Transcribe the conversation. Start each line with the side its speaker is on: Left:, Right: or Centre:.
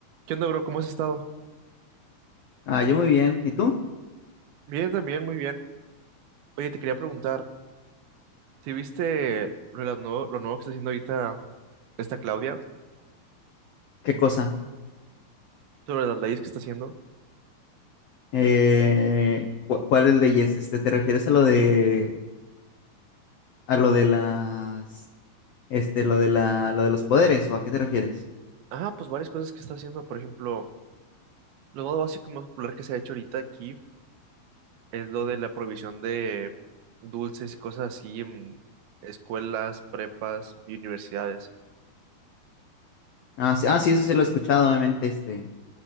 Right: ¿Qué onda, bro? ¿Cómo has estado?
Left: Ah, yo muy bien. ¿Y tú?
Right: Bien, también, muy bien. Oye, te quería preguntar, si viste lo, de las nuevo, lo nuevo que está haciendo ahorita esta Claudia
Left: ¿Qué cosa?
Right: sobre las leyes que está haciendo?
Left: Eh, cu- ¿cuál leyes? Este, ¿te refieres a lo de a lo de las este lo de la lo de los poderes o a qué te refieres?
Right: Ah, pues varias cosas que está haciendo. Por ejemplo, lo más básico y más popular que se ha hecho ahorita aquí es lo de la prohibición de dulces y cosas así en escuelas, prepas y universidades.
Left: Ah, sí, ah, sí, eso sí lo he escuchado, obviamente, este